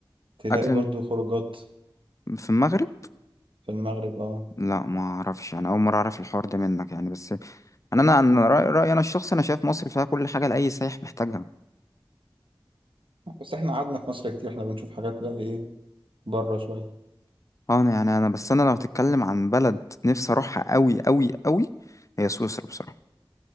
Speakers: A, on the right; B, on the left.
A: تلاقي
B: اكل
A: برضو
B: الم-
A: خروجات
B: في المغرب
A: في المغرب اه
B: لا ما اعرفش انا اول مرة اعرف الحوار ده منك يعني بس انا انا أنا رأي رأيي انا الشخصي انا شايف مصر فيها كل حاجة لاي سايح محتاجها
A: بس احنا قعدنا في مصر كتير احنا بنشوف حاجات بقى ايه بره شوية
B: اه انا يعني انا بس انا لو هتتكلم عن بلد نفسي اروحها قوي قوي قوي هي سويسرا بصراحه